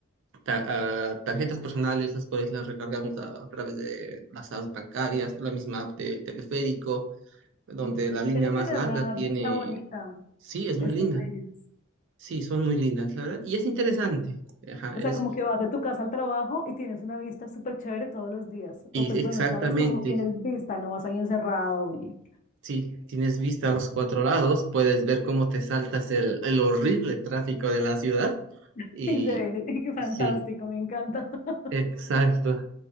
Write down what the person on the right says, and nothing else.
ta- ah, tarjetas personales, las cuales las recargamos a, a través de las apps bancarias, la misma app del teleférico, donde
la línea
más
larga
tiene,
sí, es muy
linda,
sí, son muy lindas, la verdad, y es interesante, ajá,
es,
y
exactamente,
sí, tienes vista a los cuatro lados, puedes ver cómo te saltas el, el horrible tráfico de la ciudad,
y
sí,
Exacto.